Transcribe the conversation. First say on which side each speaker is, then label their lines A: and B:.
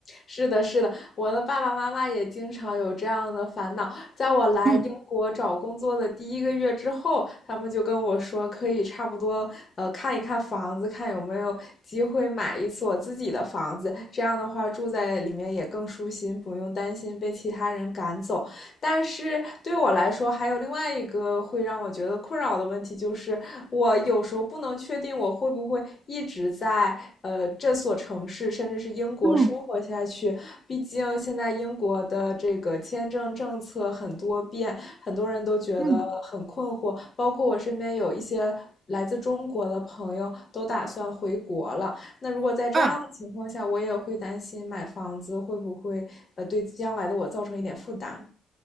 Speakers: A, on the left (about 35°); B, on the right (about 30°).
A: 是的，是的，我的爸爸妈妈也经常有这样的烦恼。在我来英国找工作的第一个月之后，
B: 嗯
A: 他们就跟我说，可以差不多，呃，看一看房子，看有没有机会买一次我自己的房子。这样的话，住在里面也更舒心，不用担心被其他人赶走。但是对我来说，还有另外一个会让我觉得困扰的问题，就是我有时候不能确定我会不会一直在呃这所城市，甚至是英国生活下去。
B: 嗯，
A: 毕竟现在英国的这个签证政策很多变，很多人都觉得很困惑，
B: 嗯
A: 包括我身边有一些。来自中国的朋友都打算回国了。那如果在这样的情况下，
B: 啊，
A: 我也会担心买房子会不会呃对将来的我造成一点负担。